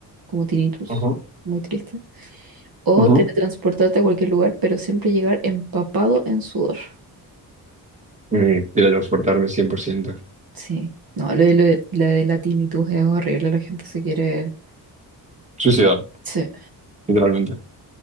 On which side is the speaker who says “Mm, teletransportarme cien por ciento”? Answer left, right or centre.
Right